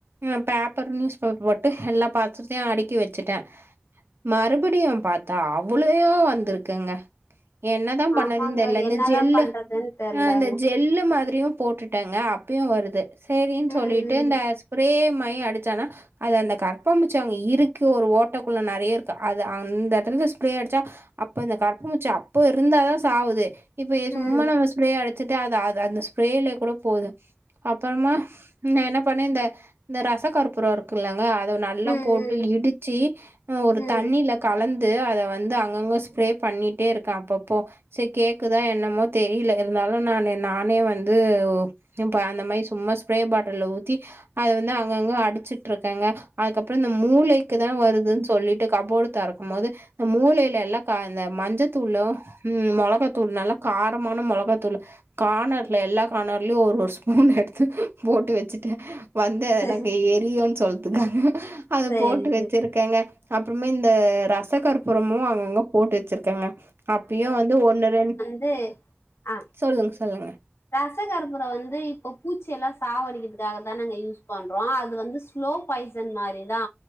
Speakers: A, on the right (about 65°); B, on the left (about 85°).
A: அ பேப்பர் நியூஸ் பேப்பர் போட்டு எல்லா பாத்திரத்தையு அடுக்கி வெச்சுட்டே மறுபடியு பாத்தா அவ்ளயோ வந்துருக்குங்க என்னதா பண்ணதுன்னு
B: ஆமாங்க
A: தெர்ல இந்த
B: என்னதான்
A: ஜெல்லு
B: பண்றதுன்னு தெரியலங்க
A: அ இந்த ஜெல்லு மாதிரியு போட்டுட்டங்க அப்பயு வருது சேரின் சொல்லீட்டு
B: ம்
A: இந்த ஸ்ப்ரே மாரி அடிச்சானா அது அந்த கரப்பாம்பூச்சி அங்க இருக்கு ஒரு ஓட்டக்குள்ள நெறைய இருக்கு அது அந்த எடத்துல ஸ்ப்ரே அடிச்சா அப்ப இந்த கரப்பாம் பூச்சி அப்ப இருந்தாதா சாவுது இப்ப எ சும்மா
B: ம்
A: நம்ம ஸ்ப்ரே அடிச்சுட்டு அது அ அந்த ஸ்ப்ரேயலயே கூட போது அப்பறமா ந என்ன பண்ணே இந்த ரச கருபுரம் இருக்கு இல்லங்க அதனால நல்லா
B: ம் ம்
A: போட்டு
B: ம்
A: இடிச்சி ஒரு
B: ம்
A: தண்ணில கலந்து அத வந்து அங்கங்க ஸ்ப்ரே பண்ணிட்டே இருக்கே அப்பப்போ சே கேக்குதா என்னமோ தெரில இருந்தாலு ன்னு நானே நானே வந்து இப்ப அந்த மாதி சும்மா ஸ்ப்ரே பாட்டில ஊத்தி அத வந்து அங்கங்க அடிச்சிட் இருக்கங்க அதுக்கப்பறோ இந்த மூலைக்கு தா வருதுன் சொல்லிட்டு கபோடு தெறக்கும் போது இந்த மூலையில எல்லா இந்த மஞ்சத்தூளு ம் மொளகாத்தூள் நல்லா காரமான மொளகாத்தூள் கணர்ல எல்லா கணர்லயு ஒரு ஒரு ஸ்பூன் எடுத்து போட்டு வச்சுட்டே வந்து அத
B: சரி
A: எனக்கு எரியும்ன்னு சொல்துக்காங்க அத
B: சரி
A: போட்டு வச்சிருக்கேங்க அப்புறமே இந்த ரச கற்புரமு அங்கங்க போட்டு வச்சிருக்கேங்க அப்பயு வந்து ஒன்னு ரெண்டு
B: இது அ
A: சொல்லுங்க சொல்லுங்க
B: ரச கற்பூர வந்து இப்ப பூச்சி எல்லா சாவடிக்கிறதுக்காக தானங்க யூஸ் பண்றோ அது வந்து ஸ்லோ பாய்சன் மாரி தா